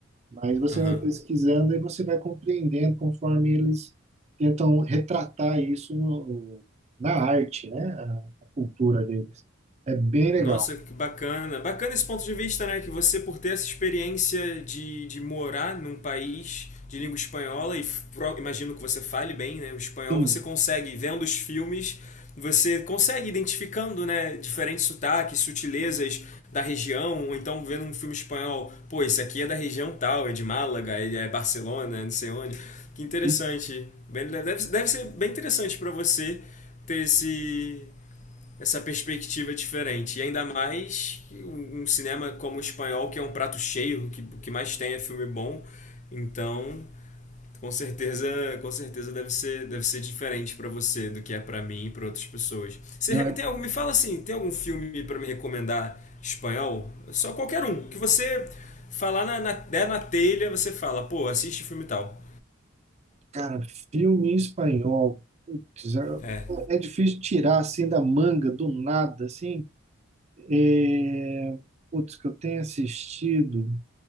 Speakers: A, on the right; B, on the left.
A: mas você
B: aham.
A: vai pesquisando e você vai compreendendo conforme eles tentam retratar isso no- na arte, né? A, a cultura deles. É bem legal.
B: Nossa, que bacana. Bacana esse ponto de vista, né? Que você, por ter essa experiência de, de morar num país de língua espanhola, e pro- imagino que você fale bem, né? O espanhol,
A: Sim.
B: você consegue, vendo os filmes, você consegue identificando, né? Diferentes sotaques, sutilezas da região, ou então vendo um filme espanhol, pô, esse aqui é da região tal, é de Málaga, é é Barcelona, é não sei onde. Que interessante.
A: E-
B: Bem- Deve, deve ser bem interessante para você ter esse, essa perspectiva diferente. E ainda mais um um cinema como o espanhol, que é um prato cheio, que, o que mais tem é filme bom. Então, com certeza, com certeza deve ser, deve ser diferente para você do que é para mim e para outras pessoas. Você
A: não, é
B: tem algum, me fala assim, tem algum filme para me recomendar espanhol? Só qualquer um, que você falar na, na, der na telha, você fala, pô, assiste filme tal.
A: Cara, filme em espanhol. Putz, é
B: É,
A: é difícil tirar assim da manga, do nada, assim. É... Putz, que eu tenho assistido,